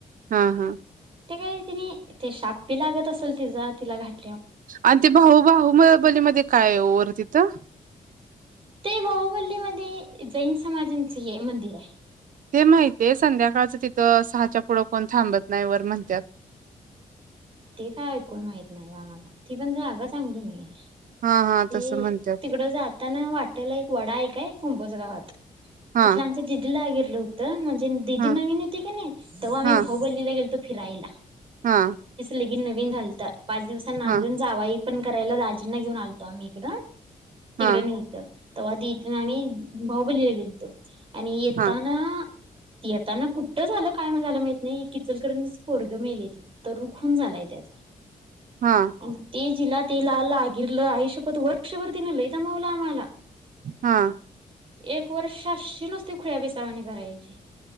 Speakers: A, on the right; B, on the right.
A: हा हा
B: ते काय तिने ते शाप बी लागत असेल तिचा तिला घाट
A: आणि ते भाहु भाहूलीमध्ये काय वर तिथं?
B: बाहुबलीमध्ये ते जैन समाजांच हे मंदिर आहे.
A: ते माहित आहे संध्याकाळच तिथं सहाच्या पुढं कोण थांबत नाही वर म्हणतात.
B: ते काय ऐकून माहीत नाही आम्हाला ती पण जागा चांगली नाहीये.
A: हा हा
B: ते
A: तसं म्हणतात
B: तिकडं जाताना वाटल एक वडा आहे काय? कुंभज गावात
A: हा
B: तिथलं आमच जिद्लं आहे गे लं होत ज दीदी
A: हा
B: नवीन होती का नाही तवा आम्ही
A: हा
B: बाहुबलीला गेल तर फिरायला.
A: हा
B: गीन नवीन घलतात. पाच दिवसां नांदून
A: हा
B: जावायी पण करायला राजीना घेऊन आलो आम्ही इकड तिकडं
A: हा
B: नाहीत तव्हा तीथ आणि बाहुबलीला गेलतो आणि येताना
A: हा हा
B: येताना कुठं झालं काय जाल माहित नाही एक इचलकरंजीच पोरग मेले की तरुण खून झालाय त्याचा
A: हा
B: आणि ते जिला तिला लागीर ल आईशप्पथ वर्षभर तिनं लई दमावलं आम्हाला
A: हा.
B: एक वर्षाशी नुसती खुळ पिसावाने करायची.